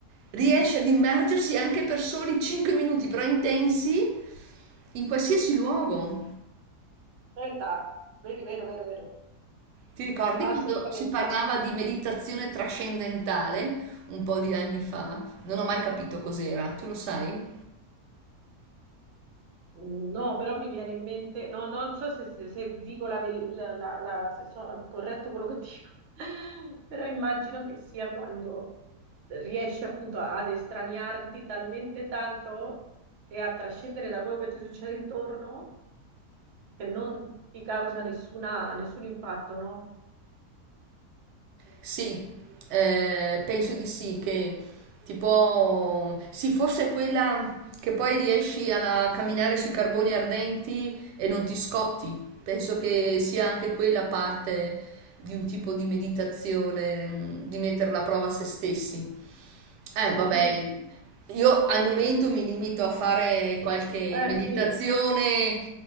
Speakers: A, on the right; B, on the right.
A: riesce ad immergersi anche per soli 5 minuti, però intensi, in qualsiasi luogo.
B: Verità, vero, vero, vero, vero.
A: Ti ricordi quando
B: Assolutamente.
A: si parlava di meditazione trascendentale un po' di anni fa? Non ho mai capito cos'era, tu lo sai?
B: No, però mi viene in mente, no, non so se, se- se dico la verità, se sono corretto quello che dico, <laughs> però immagino che sia quando riesci appunto ad estraniarti talmente tanto e a trascendere da quello che ti succede intorno che non ti causa nessuna- nessun impatto, no?
A: Sì, eh, penso di sì, che tipo, sì, forse è quella che poi riesci a camminare sui carboni ardenti e non ti scotti. Penso che sia anche quella parte di un tipo di meditazione, mh, di mettere alla prova se stessi. Eh,
B: Mhm.
A: vabbè, io al momento mi limito a fare qualche
B: Eh
A: meditazione.
B: sì,